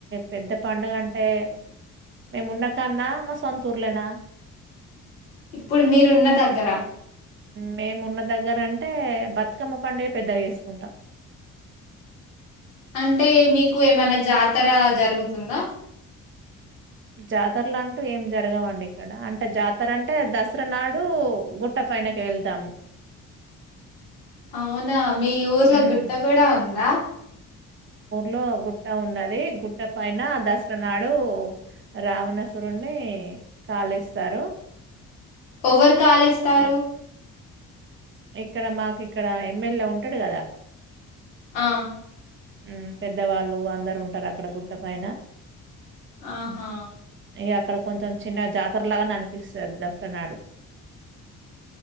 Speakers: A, on the right; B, on the left.
A: పెద్ద పండుగంటే మేమున్న కాన్నా మా సొంతూర్లనా
B: ఇప్పుడు మీరున్న దగ్గర
A: మేమున్న దగ్గరంటే బతుకమ్మ పండుగే పెద్దగా చేస్కుంటాం.
B: అంటే మీకు ఏమన్న జాతర జరుగుతుందా?
A: జాతరలంటూ ఏం జరగవండి ఇక్కడ అంటే జాతరంటే దసర నాడు గుట్ట పైనకి వెళ్తాము.
B: అవునా మీ ఊర్లో
A: హ్మ్.
B: గుట్ట కూడా ఉందా
A: లో గుట్ట ఉన్నది. గుట్ట పైన దసర నాడు రావణసురున్నీ కాలిస్తారు.
B: ఓవర్ కాలేస్తారు?
A: ఇక్కడ మాకిక్కడ ఎమ్మెల్యే ఉంటడ్ కదా
B: ఆ
A: మ్ పెద్దవాళ్ళు అందరు ఉంటర్ అక్కడ గుట్ట పైన
B: ఆహా
A: ఇగ అక్కడ కొంచెం చిన్నగ జాతరలాగా అనిపిస్తది దసర నాడు